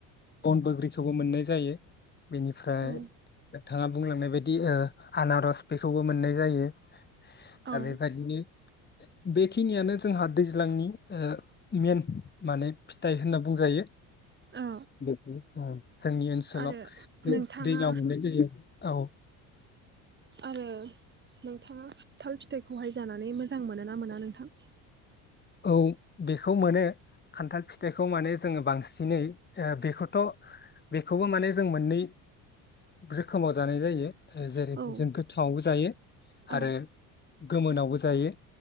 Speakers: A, on the left; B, on the right.
A: बन बग्रिखौबो मोननाय जायो बेनिफ्राय
B: औ
A: नोंथांङा बुंलांनाय बायदि आनारस बेखौबो मोननाय जायो दा
B: औ
A: बेबायाददिनो बेखिनियानो जोंहा दैज्लांनि मेन माने फिथाइ होनना बुंजायो।
B: औ
A: बे औ जोंनि ओनसोलाव
B: आरो नोंथाङा
A: दैज्लां मोननाय जायो औ
B: आरो नोंथाङा खान्थाल फिथाइखौहाय जानानै मोजां मोनो ना मोना नोंथां?
A: औ बेखौ मोनो खान्थाल फिथाइखौ माने जोंङो बांसिनै बेखौथ बेखौबो माने जों मोननै रोखोमाव जानाय जायो। जेरै
B: औ
A: जों गोथांङावबो जायो
B: औ
A: आरो गोमोनावबो जायो